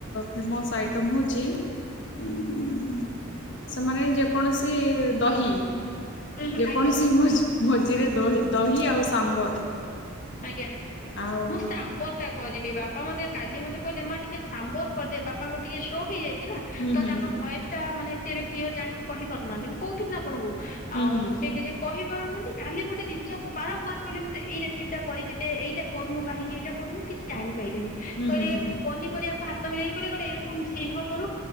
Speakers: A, on the left; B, on the left.
A: ଫେମସ ଆଇଟମ ହଉଛି ଉଁ ସେମାନେ ଯେ କୌଣସି ଦହି
B: ହୁଁ ହୁଁ
A: ଯେକୌଣସି
B: ଆଜ୍ଞା
A: ବୁଝ ଭୋଜିରେ ଦହି ଦହି ଆଉ ସାମ୍ବର
B: ଆଜ୍ଞା
A: ଆଉ
B: ମୁଁ ସାମ୍ବର ଟା କରିବି। ଯେ ବାପା ମଧ୍ୟ କାଲି ମତେ କହିଲେ ମା ଟିକେ ସାମ୍ବର କରିଦେ ବାପାଙ୍କ ଟିକେ ସେଉକ୍। ହେଇଯାଇଛି ନା
A: ହୁଁ
B: ତ
A: ହୁଁ
B: ତାଙ୍କ ଭଏସ୍ ଟା ମାନେ ସେ ରିକ୍ଲିୟର୍ ଜାଣିକି କହିପାରୁନାହାନ୍ତି ମୁଁ? କହୁଥିଲି ନା ଆପଣଙ୍କୁ
A: ହୁଁ
B: ଆଉ
A: ହୁଁ ହୁଁ
B: ସେ କିଛି କହି ପାରୁନାହାନ୍ତି କାଲି ଗୋଟ ଜିନିଷକୁ ବାରମ୍ବାର କିଲେ ମୋତେ ଏଇରେସିପିଟା କରିକି ଦେ ଏଇଟା କରୁ ନୂ କାହିଁକି ଏଇଟା କରୁନୁ କିଛି ଜାଣିପାଇଲିନି କହିଲେ
A: ହୁଁ ହୁଁ ହୁଁ
B: ପନିପରିବାକୁ ହାତ ମିଳେଇ କି କହିଲେ କଣ ଏଇରା ସବୁ ମିଶେଇ କିବା କରୁ